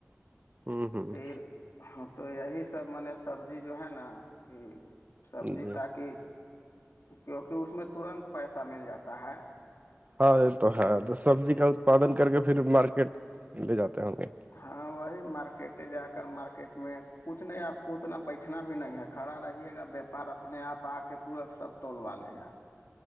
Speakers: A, on the right; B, on the left.
A: ہ ہ
B: پھر ہ تو یہی سب مان سبزی جو ہے نا کہ سبزی
A: جی
B: تاکہ کیونکہ اس میں ترنت پیسہ مل جاتا ہے
A: ہاں یہ تو ہے تو سبزی کا اتپادن کر کے پھر مارکیٹ لے جاتے ہوں گے
B: ہاں وہی مارکیٹ جا کر مارکیٹ میں کچھ نہیں آپ کو اتنا بیٹھنا بھی نہیں ہے کھڑا رہیے گا بییاپار اپنے آپ آ کے تورت سب تولوا لے گا